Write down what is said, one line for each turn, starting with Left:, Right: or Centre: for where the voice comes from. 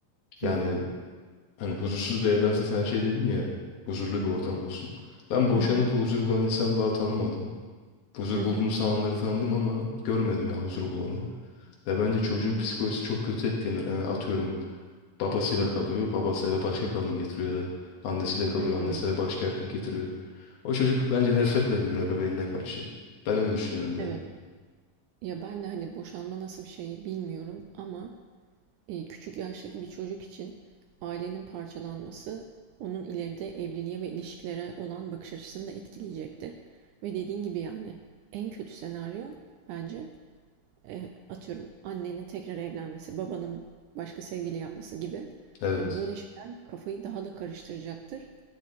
Left: Yani
Right: hı hı
Left: Hani huzursuz bir evdense sen şey dedin ya huzurlu bir ortam olsun. Ben boşanıp
Right: hı
Left: da huzur bulan insanı daha tanımadım. Huzur
Right: hı hı.
Left: bulduğunu sağanları tanıdım ama görmedim ya huzur bulanı. Ve bence çocuğun psikolojisi çok kötü etkilenir. Yani atıyorum babasıyla kalıyor, babası eve başka kadın getiriyor ya da annesiyle kalıyor,
Right: hı.
Left: annesi eve başka erkek getiriyor. O çocuk bence nefretle büyür ebeveynine karşı. Ben öyle düşünüyorum
Right: Evet.
Left: yani.
Right: Ya ben de hani boşanma nasıl bir şey bilmiyorum ama e, küçük yaştaki bir çocuk için ailenin parçalanması onun ileride evliliğe ve ilişkilere olan bakış açısını da etkileyecektir. Ve dediğin gibi yani en kötü senaryo bence e, atıyorum annenin tekrar evlenmesi, babanın başka sevgili yapması gibi.
Left: Evet.
Right: Hani böyle şeyler kafayı daha da karıştıracaktır.